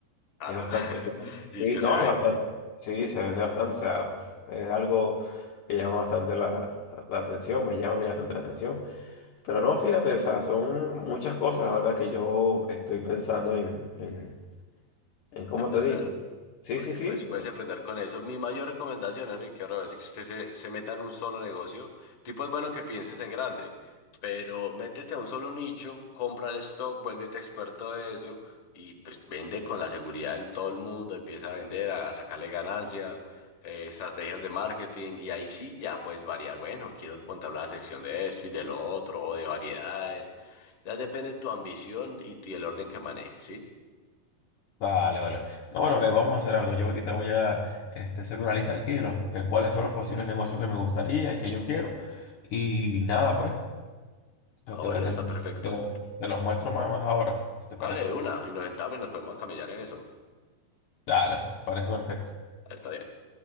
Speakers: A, on the left (about 50°); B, on the left (about 65°).
A: Claro.
B: es bastante,
A: <laughs>
B: bueno. sí,
A: Y que
B: no,
A: se vende.
B: es bastante, sí, se vende bastante, o sea, es algo que llama bastante la, la atención, me llama a mí bastante la atención. Pero no, fíjate, o sea, son muchas cosas, la verdad, que yo estoy pensando en, en, en cómo
A: En verdad.
B: te digo. Sí,
A: Porque
B: sí, sí,
A: pues puedes aprender con eso. Mi mayor recomendación, Enrique, ahora es que usted se, se meta en un solo negocio. Tipo es bueno que pienses en grande, pero métete a un solo nicho, compra el stock, vuélvete experto de eso y pues vende con la seguridad de todo el mundo, empieza a vender, a, a sacarle ganancia, eh, estrategias de marketing y ahí sí ya puedes variar. Bueno, quiero montar una sección de esto y de lo otro o de variedades. Ya depende de tu ambición y, y el orden que manejes, ¿sí?
B: Vale, vale. No, bueno, eh, vamos a hacer algo. Yo ahorita voy a este, hacer una lista aquí de, los, de cuáles son los posibles negocios que me gustaría y que yo quiero. Y nada, pues, te,
A: Ah,
B: te-
A: bueno,
B: te-
A: está perfecto.
B: te los te los muestro más, más ahora, si te parece.
A: Hable de una y nos sentamos y nos podemos camellar en eso.
B: Dale, pues, me parece perfecto.
A: Ahí Está bien.